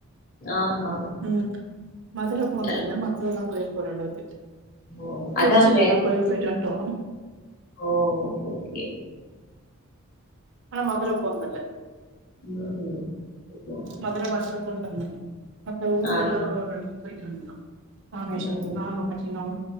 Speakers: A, on the left (about 40°); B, on the right (about 55°).
A: ஆஹா.
B: ம் மதுர போனதில்
A: எல்லாம்
B: இல்ல மத்ததெல்லாம் கோயில் போற அளவுக்கு
A: ஓ! அதாங்க.
B: திருச்சில எல்லா கோயிலு போய்ட்டு வன்ட்டோம்
A: ஓ ஓகே ஓகே
B: ஆனா மதுர போனதில்ல
A: ம் ம்
B: மதுர பஸ் தா போனதில்ல மத்த ஊர்
A: ஆ.
B: எல்லாம் ஒரளவுக்கு போய்ட்டு வண்டோம் ராமேஷ்வரம்
A: ம்.
B: நாகப்பட்டினம்